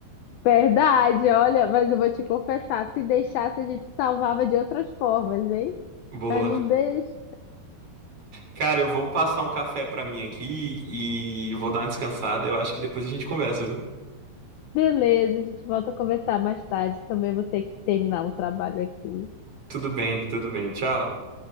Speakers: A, on the left (about 80°); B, on the right (about 35°).
A: Verdade, olha, mas eu vou te confessar, se deixasse a gente salvava de outras formas, hein?
B: Boa.
A: Mas não deixe.
B: Cara, eu vou passar um café pra mim aqui e vou dar uma descansada. Eu acho que depois a gente conversa, viu?
A: Beleza, a gente volta a conversar mais tarde. Também vou ter que terminar o trabalho aqui.
B: Tudo bem, tudo bem. Tchau.